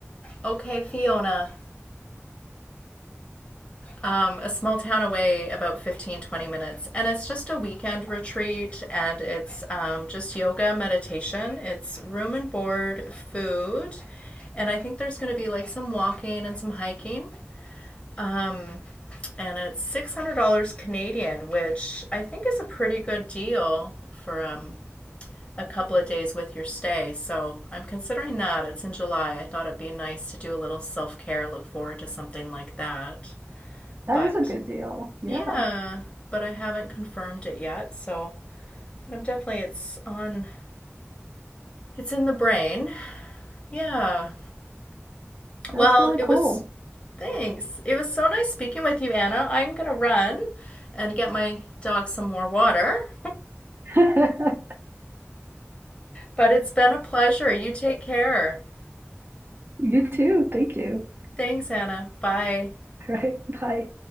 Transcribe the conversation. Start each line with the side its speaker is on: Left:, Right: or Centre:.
Left: Okay, Fiona. um, a small town away, about 15, 20 minutes. And it's just a weekend retreat and it's um, just yoga, meditation. It's room and board, food. And I think there's going to be like some walking and some hiking. Um, and it's $600 Canadian, which I think is a pretty good deal for um, a couple of days with your stay. So I'm considering that. It's in July. I thought it'd be nice to do a little self care, look forward to something like that.
Right: That
Left: But
Right: is a good deal. Yeah,
Left: yeah, but I haven't confirmed it yet, so but I'm definitely it's on it's in the brain. Yeah.
Right: that's
Left: Well,
Right: really
Left: it
Right: cool.
Left: was thanks. It was so nice speaking with you, Anna. I'm gonna run and get my dog some more water.
Right: <laughs>
Left: But it's been a pleasure. You take care.
Right: You too. Thank you.
Left: Thanks, Anna. Bye.
Right: All right. Bye.